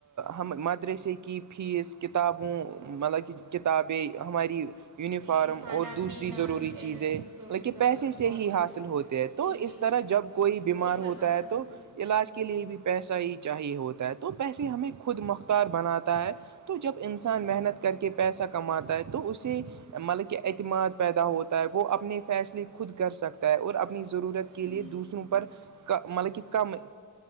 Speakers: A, on the right; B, on the right.
A: ہم مدرسے کی فیس کتابوں مطلب کہ کتابیں ہماری یونیفارم
B: جی کھانا
A: اور دوسری
B: پینا
A: ضروری چیزیں حالانکہ
B: روزگار
A: پیسے سے
B: کالج
A: ہی حاصل ہوتی
B: جی
A: تو
B: جی
A: اس طرح جب کوئی بیمار
B: صحیح فرمایا
A: ہوتا ہے تو علاج کے لیے بھی پیسہ ہی چاہیے ہوتا ہے تو پیسے ہمیں خود مختار بناتا ہے تو جب انسان
B: جی
A: محنت کر کے پیسہ کماتا ہے تو اسے مطلب کہ اعتماد پیدا ہوتا ہے وہ اپنے فیصلے خود کر سکتا اور اپنی ضرورت کے
B: جی
A: لیے دوسروں پر مطلب کہ کم